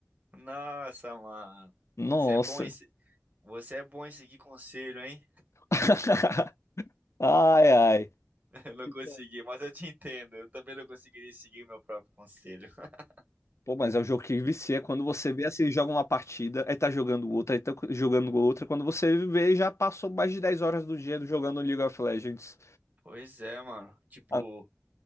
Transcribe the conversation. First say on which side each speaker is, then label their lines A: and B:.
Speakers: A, on the right; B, on the left.
A: nossa, mano.
B: Nossa.
A: Você é bom em... se- Você é bom em seguir conselho, hein?
B: <laughs> Ai, ai.
A: <laughs> Eu não
B: Então,
A: consegui, mas eu te entendo. Eu também não conseguiria seguir meu próprio conselho. <laughs>
B: Pô, mas é um jogo que vicia. Quando você vê assim, joga uma partida, aí tá jogando outra, aí tá jogando outra. Quando você vê, já passou mais de 10 horas do dia jogando League of Legends.
A: Pois é, mano. Tipo,
B: Ah,